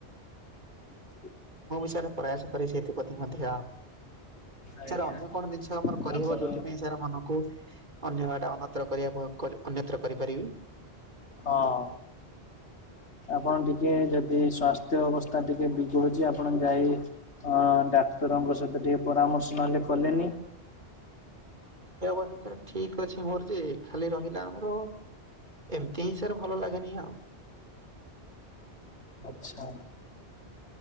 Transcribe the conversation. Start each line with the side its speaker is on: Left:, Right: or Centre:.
Left: ହ
Right: ମୁ ବି ସାର୍ ପ୍ରୟାସ କରି ବି ସେଥିପତି ମଧ୍ୟ।
Left: ଆଜ୍ଞା
Right: ସାର୍ ଅନ୍ୟ କଣ ଜିନିଷ ଆମର କରିହବ
Left: ଆପଣ
Right: ଯୋଉଥି ପାଇଁ ସାର୍ ମନକୁ। ଅନ୍ୟଟା ଅନ୍ୟତ୍ର କରିବା ଅନ୍ୟତ୍ର କରିପାରିବି।
Left: ହଁ। ଆପଣ ଟିକେ ଯଦି ସ୍ଵାସ୍ତ୍ୟ ଅବସ୍ଥା ଟିକେ ବିଗଡୁଛି ଆପଣ ଯାଇ। ହଁ ଡାକ୍ତରଙ୍କ ସହିତ ଟିକେ ପରାମର୍ଶ ନହେଲେ କଲେନି।
Right: ସେ ଅବସ୍ ଠିକ ଅଛି ମୋର ଯେ ଖାଲି ରହିଲା ଆମର। ଏମିତି ହିଁ ସାର୍ ଭଲ ଲାଗେନି ଆଉ।
Left: ଆଛା।